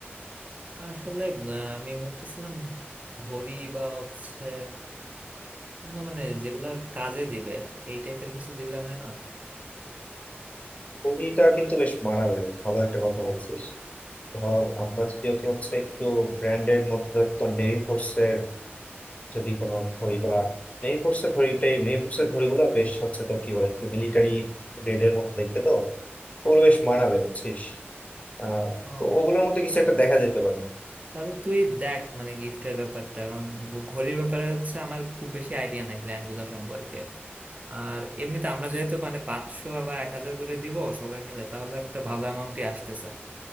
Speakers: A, on the right; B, on the left.
A: আসলে আহ, আমি ভাবতেছিলাম ঘড়ি বা হচ্ছে অন্য মানে যেগুলা কাজে দিবে এই টাইপের কিছু দিলে হয় না
B: কুড়িটা কিন্তু বেশ মানাবে ভালো একটা কথা বলছিস ধর আমরা যদি ওকে হচ্ছে একটু ব্র্যান্ডের মধ্যে ধর তোর নেভি ফোর্স এর যদি কোনো ঘড়ি বা মেহেরপুরের ঘড়িটাই মেহেরপুরের ঘড়িগুলো বেশ হচ্ছে তো কি বলে একটু মিলিটারি গ্রেডের মতো দেখতে তো ওগুলো বেশ মানাবে বুঝছিস আহ
A: ও
B: তো ওগুলোর মধ্যে কিছু একটা দেখা যেতে পারে
A: তাহলে তুই দেখ মানে গিফটের ব্যাপারটা কারণ ঘ- ঘড়ির ব্যাপারে হচ্ছে আমার খুব বেশি আইডিয়া নাই ব্র্যান্ড গুলো সম্পর্কে আর এমনিতে আমরা যেহেতু মানে পাঁচশো বা এক হাজার করে দিব সবাই মিলে তাহলে একটা ভালো অ্যামাউন্টই আসতেছে